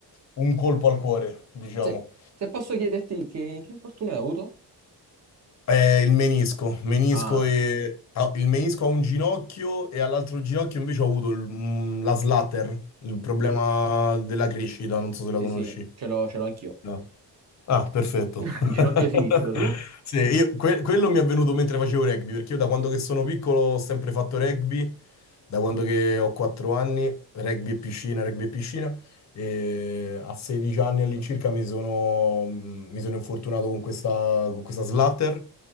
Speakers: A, on the left; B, on the right.
A: un colpo al cuore, diciamo.
B: Se, se posso chiederti che, che infortunio hai avuto?
A: Eh, il menisco. Menisco
B: Ah,
A: e... ah, il menisco a un ginocchio e all'altro ginocchio invece ho avuto il- mm, la slatter, il problema della crescita, non so se la
B: sì,
A: conosci.
B: sì, ce l'ho ce l'ho anch'io.
A: No. Ah, perfetto.
B: <laughs>
A: <laughs>
B: Ginocchio sinistro,
A: Io-
B: tu?
A: Sì, io- que- quello mi è venuto mentre facevo rugby, perché io da quando che sono piccolo ho sempre fatto rugby, da quando che ho 4 anni, rugby e piscina, rugby e piscina, e a 16 anni all'incirca mi sono, mi sono infortunato con questa, con questa slatter